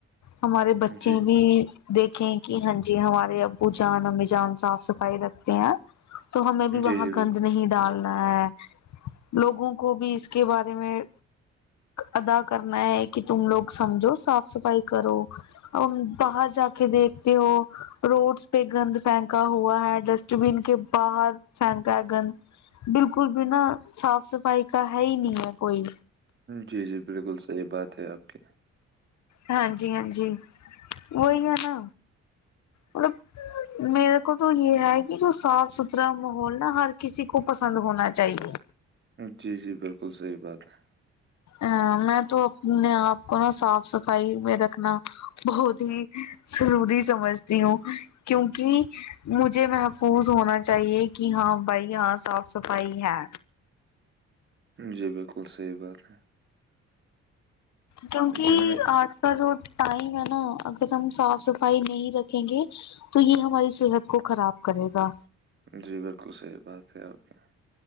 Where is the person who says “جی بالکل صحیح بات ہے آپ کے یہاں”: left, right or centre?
Right